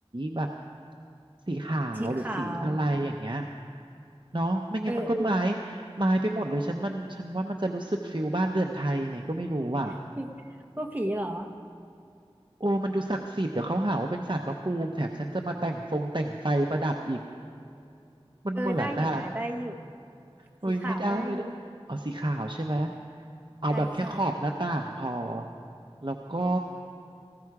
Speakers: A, on the right; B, on the right.
A: แบบสีขาวหรือสีอะไรอย่างเงี้ย
B: สีขาว
A: เนาะไม่งั้นมันก็ไม้
B: เออเออ
A: ไม้ไปหมดเลยฉันมันฉันว่ามันจะรู้สึกฟิลบ้านเรือนไทยยังไงก็ไม่รู้อ่ะ
B: <laughs> พูดผีเหรอ
A: โอ้มันดูศักดิ์สิทธิ์เดี๋ยวเขาหาว่าเป็นศาลพระภูมิแถมฉันจะมาแต่งฟงแต่งไฟประดับอีกมันเหมือนน่ะ
B: เออได้อยู่นะได้อยู่
A: เอ้ยไม่ได้ไม่ได้เอาสีขาวใช่ไหม
B: สีขาวได้อยู่
A: เอาแบบแค่ขอบหน้าต่างพอ
B: ใช่ใช่
A: แล้วก็